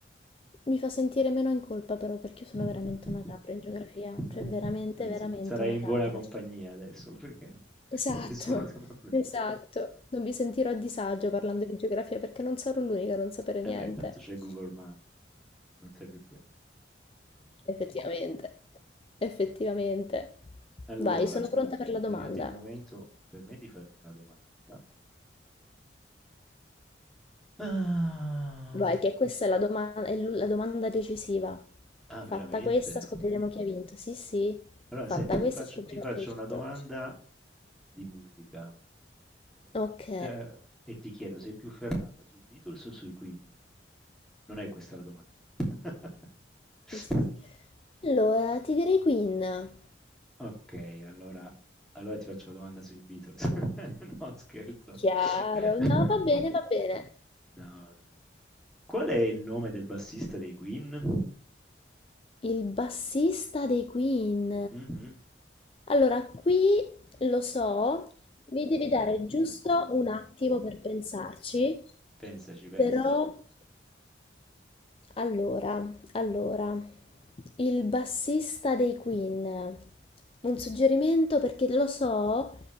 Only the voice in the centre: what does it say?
<laughs>
Adesso
sarai
in
buona compagnia adesso, perché
<laughs> nessuno sa proprio.
Eh,
tanto c'è Google Maps, non serve più a niente.
Allora,
è
arrivato il momento per me di farti una domanda. Ah,
ah,
veramente?
Allora,
senti, ti
faccio,
ti faccio
una domanda di musica. Mm,
te- e ti chiedo, sei più ferrata sui Beatles o sui Queen? Non è questa la domanda. eh.
<laughs>
Okay, allora allora ti faccio una domanda sui Beatles. <laughs> No, scherzo.
<laughs>
No, no, no. Qual è il nome del bassista dei Queen?
Mh-mh.
Pensaci, pensaci.